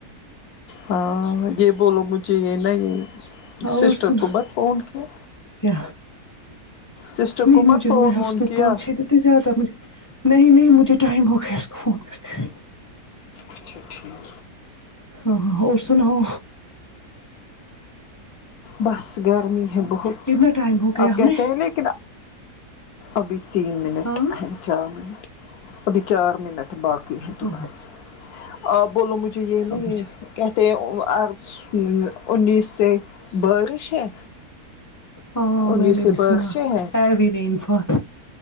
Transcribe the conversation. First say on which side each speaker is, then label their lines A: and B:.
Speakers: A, on the left; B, on the left.
A: ہاں یہ بولو مجھے یہ نہیں ہے
B: اور
A: سسٹر
B: سنا
A: کو بت فون کیا
B: کیا
A: سسٹر
B: نہیں
A: کو مت
B: مجھے
A: فون
B: ہو گیا اس
A: وون
B: کو
A: کیا
B: پانچ چھ دیتے زیادہ مجھے نہیں نہیں مجھے ٹائم ہو گیا اس کو فون کرتے
A: اچھا ٹھیک
B: ہاں ہاں اور سناؤ
A: بس گیا کمی ہے بہت
B: کتنا ٹائم ہو گیا
A: آپ
B: ہمیں
A: کہتے ہیں لیکن ابھی تین منٹ
B: ہاں
A: ہیں چار منٹ ابھی چار منٹ باقی تو
B: ہاں
A: بس آپ بولو مجھے یہ نہیں
B: ابھی
A: کہتے ہیں آ سل انیس سے بریش ہے
B: ہاں
A: انیس
B: میں نے
A: سے
B: بھی
A: بارشیں
B: سنا
A: ہیں
B: ہےو rainfall